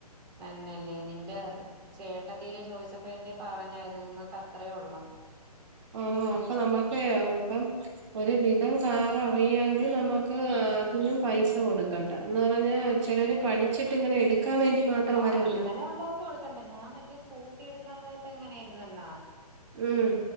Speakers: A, on the right (about 30°); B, on the right (about 45°).
A: തന്നെയല്ലേ നിന്റെ. ചേട്ടത്തിടെ ചോദിച്ചപ്പോ എന്തേ പറഞ്ഞായിരുന്നു നിങ്ങൾക്ക് അത്രയുള്ളന്ന്.
B: ഉം അപ്പ നമുക്കെ അവർക്ക്. ഒരുവിധം കാറ് അറിയെങ്കിൽ നമുക്ക് ആഹ് അതിനും പൈസ കൊടു ക്കേണ്ട എന്നുപറഞ്ഞാൽ ചിലര് പഠിച്ചിട്ട് ഇങ്ങനെ എടുക്കാനുവേണ്ടി മാത്രം.
A: ഓ
B: വരുവല്ലോ
A: അങ്ങനെയുള്ളവർക്ക് കെടുക്കേണ്ട, ഞാൻ മറ്റേ സ്കൂട്ടി എടുക്കാൻ പോയപ്പോൾ എങ്ങനെ ആയിരുന്നെന്നു.
B: ഉം.